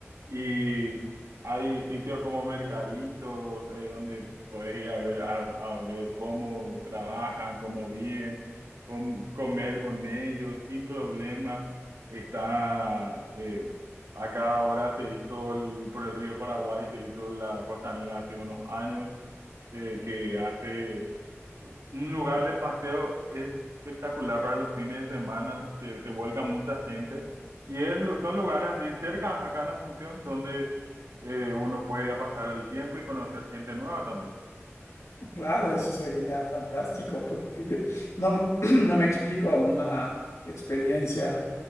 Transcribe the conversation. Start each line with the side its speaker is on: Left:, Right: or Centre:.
Right: Y hay sitios como mercaditos, eh, donde puedes ir a ver, a, a ver cómo trabajan, cómo viven, com- comer con ellos sin problema. Está, eh, acá ahora se hizo el- por el río Paraguay, se hizo la costanera hace unos años, eh, que hace un lugar de paseo espectacular para los fines de semana, que se vuelca mucha gente. Y es son lugares así cerca, acá en Asunción, donde eh, uno puede ya pasar el tiempo y conocer gente nueva también.
Left: Claro, eso sería fantástico, porque yo no, <clears throat> no me explico una experiencia